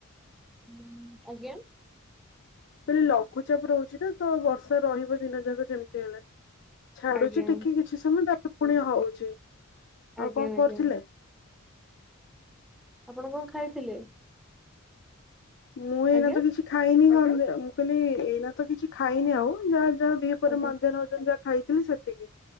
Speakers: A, in the centre; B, on the left.
A: ହୁଁ ଆଜ୍ଞା।
B: କହିଲି ଲଘୁଚାପ ରହୁଛି ନା ତ ବର୍ଷା ରହିବ ଦିନ ଯାକ ଯେମିତି ହେଲେ ଛାଡୁଛି
A: ଆଜ୍ଞା
B: ଟିକି କିଛି ସମୟ ତା ପୁଣି ହଉଛି
A: ଆଜ୍ଞା
B: ଆଉ କଣ
A: ଆଜ୍ଞା
B: କରୁଥିଲେ?
A: ଆପଣ କଣ ଖାଇଥିଲେ?
B: ମୁଁ ଏଇନା
A: ଆଜ୍ଞା
B: ତ କିଛି ଖାଇନି କ ମୁଁ କହିଲି ଏଇନା ତ କିଛି ଖାଇନି ଆଉ ଯାହା ଯାହା ଦିହିପହରେ
A: ଆଜ୍ଞା
B: ମଞ୍ଜା ନ ହଉଛନ୍ତି ଯାହା ଖାଇ ଥିଲି ସେତିକି